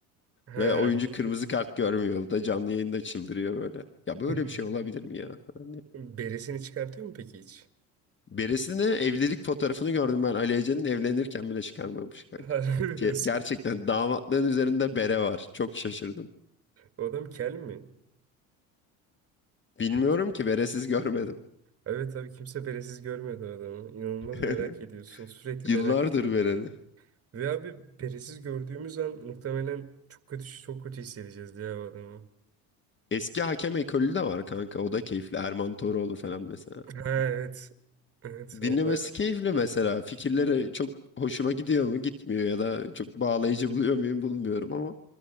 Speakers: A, on the right; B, on the left.
A: Ha.
B: Ve oyuncu kırmızı kart görmüyor. O da canlı yayında çıldırıyor böyle. Ya böyle
A: <laughs>
B: bir şey olabilir mi ya falan diye.
A: Beresini çıkartıyor mu peki hiç?
B: Birisine evlilik fotoğrafını gördüm ben. Ali Ece'nin evlenirken bile çıkarmamış
A: <laughs>
B: kanka.
A: Harbi mi
B: Ge-
A: diyorsun?
B: gerçekten damatlığın üzerinde bere var. Çok şaşırdım.
A: O adam kel mi?
B: Bilmiyorum
A: Yoksa.
B: ki beresiz görmedim.
A: Evet abi kimse beresiz görmedi o adamı. İnanılmaz
B: <laughs>
A: merak ediyorsun. Sürekli
B: Yıllardır
A: merak ediyorsun.
B: bereli.
A: Ve abi beresiz gördüğümüz an muhtemelen çok kötü çok kötü hissedeceğiz diye o adamı. <laughs>
B: Eski hakem ekolü de var kanka. O da keyifli. Erman Toroğlu falan mesela.
A: Ha evet. Evet
B: Dinlemesi
A: olay
B: keyifli mesela. Fikirleri çok hoşuma gidiyor mu? Gitmiyor ya da çok bağlayıcı buluyor muyum? Bulmuyorum ama